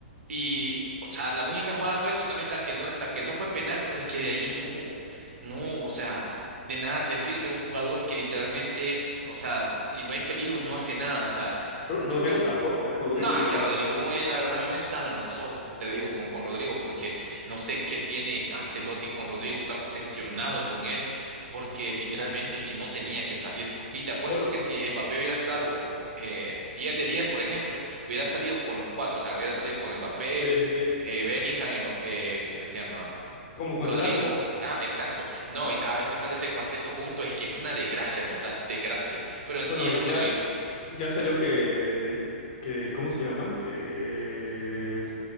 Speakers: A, on the right; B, on the left.
A: Y, o sea, la única jugada fue eso, también la que no, la que no fue penal, pero es que de ahí no, no, o sea, de nada te sirve un jugador que literalmente es, o sea, si no hay peligro, no hace nada, o sea,
B: Ro-
A: no,
B: Rodrigo tampoco, ¿eh? Rodrigo
A: no, es
B: igual
A: que Rodrigo,
B: nada.
A: eh, la verdad, a mí me sangran los ojos, te digo, con, con Rodrigo, porque no sé qué tiene Ancelotti con Rodrigo, está obsesionado con él, porque literalmente es que no tenía que salir. Y te apuesto
B: Bueno,
A: que si Mbappé hubiera estado eh, 10 de 10, por ejemplo, hubiera salido con los cuatro, o sea, hubiera salido con Mbappé,
B: sí, sí, sí.
A: eh, Bellingham, Mbappé, eh, ¿cómo que se llama?
B: Como contra
A: Rodrigo.
B: el Arsenal.
A: Ah, exacto. No, y cada vez que sale ese cuarteto junto es que es una desgracia total, desgracia. Pero en
B: Bueno,
A: sí es
B: ya,
A: Rodrigo.
B: ya salió que, que, ¿cómo se llama? Que